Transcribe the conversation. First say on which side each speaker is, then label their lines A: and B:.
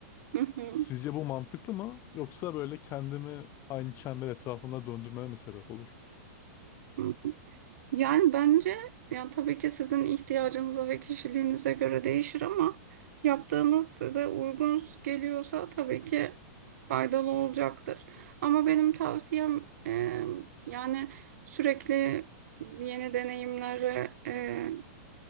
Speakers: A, on the right (about 65°); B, on the left (about 30°).
A: hı hı,
B: Sizce
A: hı
B: bu mantıklı mı? Yoksa böyle kendimi aynı çember etrafında döndürmeme mi sebep olur?
A: hı. Yani bence yani tabii ki sizin ihtiyacınıza ve kişiliğinize göre değişir ama yaptığınız size uygun geliyorsa tabii ki faydalı olacaktır. Ama benim tavsiyem e, yani sürekli yeni deneyimlere e,